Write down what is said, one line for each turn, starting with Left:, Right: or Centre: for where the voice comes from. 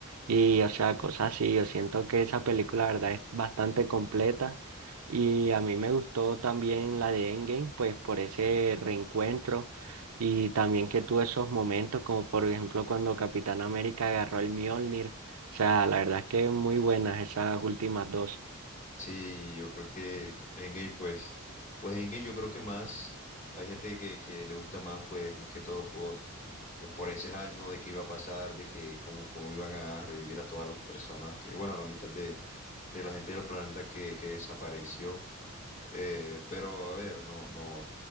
Right: Y, o sea, cosas así, yo siento que esa película, la verdad, es bastante completa. Y a mí me gustó también la de Endgame, pues por ese reencuentro. Y también que tuve esos momentos, como por ejemplo cuando Capitán América agarró el Mjolnir. O sea, la verdad es que muy buenas esas últimas dos.
Left: Sí, yo creo que que Endgame, pues, pues Endgame yo creo que más, hay gente que, que le gusta más, pues, más que todo por, pues, por ese hype, ¿no? De qué iba a pasar, de que cómo, cómo iban a revivir a todas las personas, que, bueno, a la mitad de, de la gente del planeta que, que desapareció. Eh, pero, a ver, no, no,